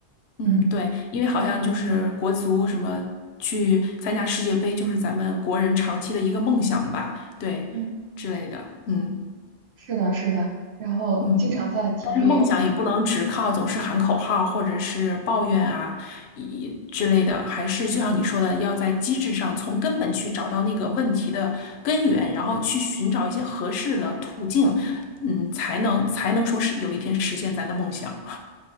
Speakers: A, on the left; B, on the right.
A: 嗯，
B: 嗯
A: 对，因为好像就是国足什么去参加世界杯，就是咱们国人长期的一个梦想吧，对之类的，
B: 嗯，
A: 嗯
B: 是的，是的，然后经常在体育
A: 嗯。但是梦想也不能只靠总是喊口号或者是抱怨啊，以之类的，还是就像你说的，要在机制上从根本去找到那个问题的根源，然后去寻找一些合适的途径，嗯，才能才能说是有一天实现咱的梦想。